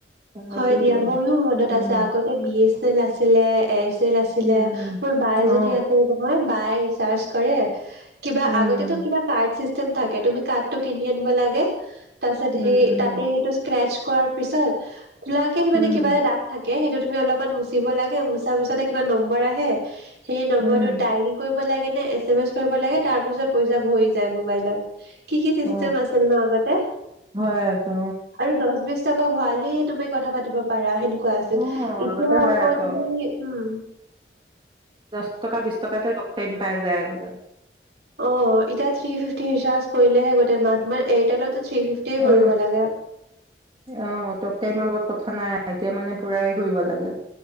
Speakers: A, on the right (about 30°); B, on the right (about 70°).
A: সেইটোৱেতো
B: হয় দিয়া মইো মনত
A: উম
B: আছে আগতে বি এ এল আছিলে এয়াৰচেল আছিলে
A: উম
B: মোৰ বাইজনী
A: অ
B: আছিল নহয় বাই চাৰজ কৰে কিবা
A: উম
B: আগতেতো কিবা কাৰ্ড চিষ্টেম থাকে তুমি কাঠটো কিনি আনিব লাগে তাৰপাছত
A: উম
B: সে
A: উম
B: তাতে সেইটো স্ক্ৰেচ কোৱাৰ পিছত কুলাকে মানে
A: উম
B: কিবা এটা দাঁগ থাকে সেইটো তুমি অলপমান মচিব লাগে মচাৰ পিছতে কিবা নম্বৰ আহে সেই নম্বৰটোত
A: উম
B: ডাইল কৰি এ এ এ কৰিব লাগ তাৰ পিছত পইচা ভ যায় মবাইলত কি কি চিষ্টেম
A: অ
B: আছিল ন আগতে
A: হয় আকৌ
B: আৰু দছ বিছ টকা ভআলিত তুমি কথা পাতি পাৰা সেনেক কোৱা আছিল
A: উম অ
B: এতিয়া
A: আগতে হয়
B: আক
A: আকৌ
B: তুমি উম
A: ছ টকা বিছ টকাতে টক দকপেণ্ট পাই যায় আগতে
B: অ এতিয়া থ্ৰী ফিফটি ৰিচাৰ্জ কৰিলেহে গোতে মাহ তমাৰ এয়াৰটেলত থ্ৰী ফিফটি কৰিব
A: অ
B: লাগে
A: অ টক টাইমৰ লগত কথা নাই এতিয়া মানে পুৰাএ কৰিব লাগে